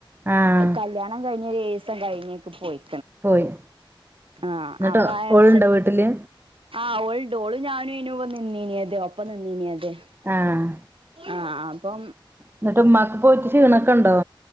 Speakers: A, on the right; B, on the right.
A: ആഹ്
B: കല്യാണം കഴിഞ്ഞ എഴുസം കഴിഞ്ഞേക്കു പോയി
A: പോയി
B: ആഹ
A: എന്നിട്ട്
B: അപ്പൊ എളേച്ഛൻ
A: ഓളുണ്ടോ വീട്ടില്
B: ആ ഓൾണ്ട് ഓളു ഞാനും നു നിന്നീനത് ഒപ്പം നിന്നീനത്
A: ആഹ്
B: ആഹ് അപ്പൊ
A: എന്നിട്ട് ഉമ്മാക്ക് പോയിട്ട് ക്ഷീണൊക്കെ ഉണ്ടോ?